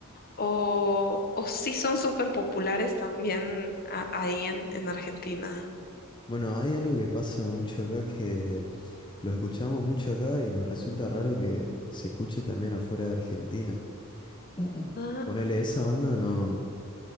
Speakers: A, on the left; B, on the left.
A: o, o sí son súper populares también a- ahí en, en Argentina.
B: Bueno, hay algo que pasa mucho acá que lo escuchamos mucho acá y nos resulta raro que se escuche también afuera de Argentina. <clears throat>
A: Ah.
B: Ponele, esa banda no,